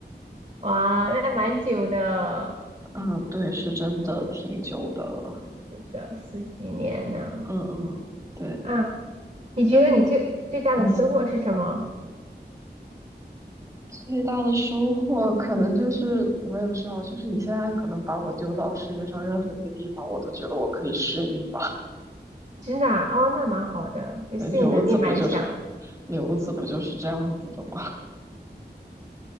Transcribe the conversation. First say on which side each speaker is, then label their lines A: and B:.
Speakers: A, on the right; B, on the right.
A: 哇，那蛮久的，
B: 嗯，对，是真的挺久的了，
A: 的十几年呢。
B: 嗯嗯，对，
A: 啊，你觉得你最最大的收获是什么？
B: 那你你最大的收获可能就是我也不知道，就是你现在可能把我丢到世界上任何一个地方，我都觉得我可以适应吧，
A: 真的啊哦，那蛮好的，
B: <laughs>
A: 就适应能力蛮强。
B: 对留子不就是留子不就是这样子的吗？